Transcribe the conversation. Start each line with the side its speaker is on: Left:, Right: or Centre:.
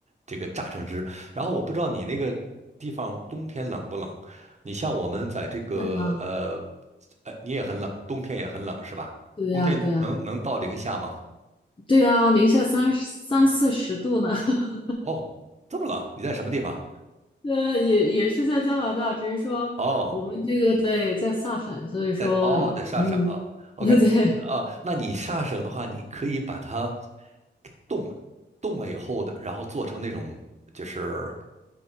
Right: 这个榨成汁。然后我不知道你那个地方冬天冷不冷？你像我们在这个呃
Left: 那个，
Right: 呃，你也很冷，冬天也很冷是吧？
Left: 对呀，
Right: 冬天能能到零下吗？
Left: 对呀。对啊，零下三三四十度呢。<laughs>
Right: 哦，这么冷，你在什么地方？
Left: 呃，也也是在加拿大，只是说我们这个对在萨省，
Right: 哦，
Left: 所以说也挺冷的。
Right: 在哦，在萨省啊，OK，
Left: <laughs> 对
Right: 啊，那你萨省的话，你可以把它冻冻了以后的，然后做成那种就是